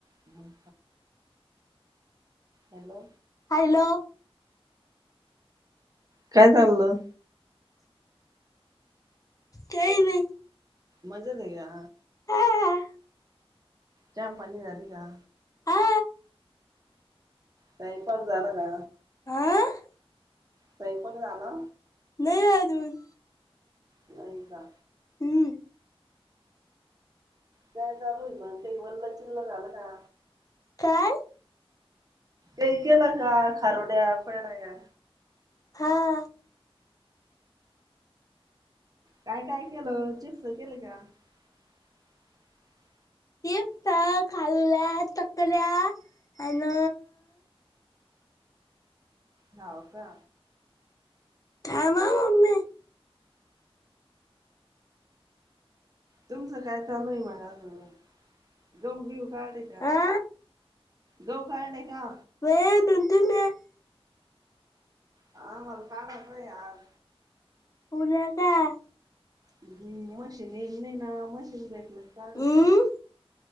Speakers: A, on the right; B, on the left.
A: म- hello.
B: Hello
A: काय चाललं?
B: काही नाही.
A: मजा नाही आ.
B: हा
A: चहापाणी झाली का?
B: हा
A: स्वयंपाक झाला का?
B: आं.
A: स्वयंपाक झाला.
B: नाही अजून.
A: नाही का
B: हम्म.
A: द्याय चालु हाय, पण ते वल-चिलं जालं का
B: काय?
A: का केलं का खारोड्या, कुरडया
B: हा
A: काय काय केलं चिप्स केलं का? हा.
B: चिप्स, खारोड्या, तकल्या आणि
A: हाव का.
B: थांब हा म्ममी
A: तुमचां काय चालुय आहे अजून मगा गहू बी काडले का?
B: हा
A: गहू काढले का?
B: वन तुम <unintelligible>
A: हा मला काम आलंय आज.
B: पूजा का <unintelligible>
A: हम्म मशीन येल नाही ना मशीन भेटलं काढलं
B: हम्म
A: काल.